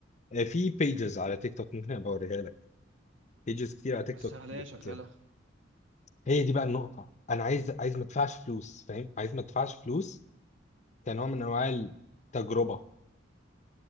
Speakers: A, on the left (about 40°); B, on the right (about 85°).
A: آه في بيجز على تيك توك ممكن ابقى اوريها لك بيجز كتير على تيك
B: بس
A: توك
B: هل
A: بت
B: هي شغاله
A: هي دي بقى النقطة أنا عايز عايز ما أدفعش فلوس فاهم عايز ما أدفعش فلوس كنوع من أنواع التجربة